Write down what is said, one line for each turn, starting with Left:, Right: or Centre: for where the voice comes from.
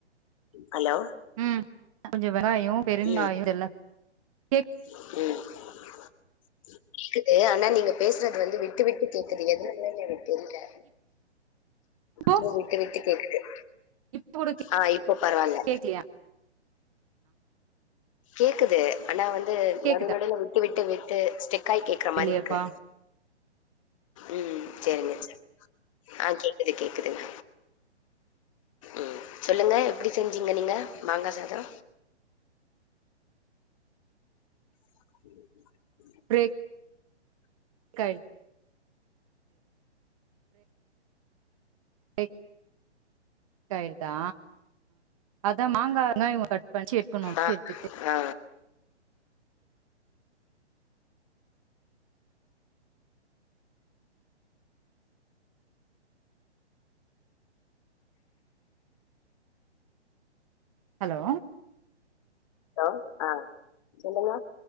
Left: ஹலோ
Right: ம் கொஞ்ச வெங்காயோ பெருங்காயோ
Left: ம்
Right: இதெல்லா கேக்
Left: ம் க்குது ஆனா நீங்க பேசுறது வந்து விட்டு விட்டு கேக்குது எதுனாலன்னு எனக்கு தெரில
Right: இப்போ
Left: இன்னு விட்டு விட்டு கேக்குது
Right: இப்ப கூட
Left: ஆ இப்ப பரவால்ல
Right: கேக்கலையா
Left: கேக்குது ஆனா வந்து
Right: கேக்குதா
Left: நடுநடுவுல விட்டு விட்டு விட்டு ஸ்டெக்காய் கேக்குற மாரி
Right: இல்லையப்பா
Left: இருக்கு ம் சரிங்க சா ஆ கேக்குது கேக்குதுங்க ம் சொல்லுங்க எப்டி செஞ்சிங்க நீங்க மாங்கா சாதொ <inaudible>
Right: ப்ரேக் காய்டு கேய் ட்டாயிருதா அதா மாங்கா வெங்காயோ கட் பண்ணி <inaudible>
Left: ஆ
Right: எடுத்துட்டு
Left: ஆ
Right: ஹலோ
Left: ஹலோ ஆ சொல்லுங்க